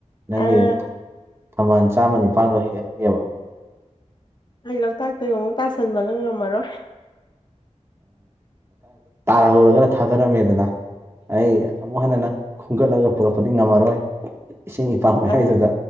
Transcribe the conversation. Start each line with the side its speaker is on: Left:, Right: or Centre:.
Right: ꯅꯪꯒꯤ
Left: ꯑꯥ
Right: ꯊꯝꯕꯥꯜ ꯆꯥꯃ ꯅꯤꯄꯥꯜꯗꯣ ꯍꯦꯛꯑꯒꯦꯕ
Left: ꯑꯩ ꯂꯣꯛꯇꯥꯛꯇꯒ ꯑꯃꯨꯛ ꯇꯥꯁꯟꯕꯒ ꯉꯝꯃꯔꯣꯏ
Right: ꯇꯥꯍꯧꯔꯒꯅ ꯊꯥꯗꯔꯝꯃꯦꯗꯅ ꯑꯩ ꯑꯃꯨꯛ ꯍꯟꯅ ꯅꯪ ꯈꯣꯝꯒꯠꯂꯒ ꯄꯨꯔꯛꯄꯗꯤ ꯉꯝꯃꯔꯣꯏ ꯏꯁꯤꯡ ꯏꯄꯥꯛ ꯃꯌꯥꯥꯏꯗꯨꯗ
Left: ꯑꯥ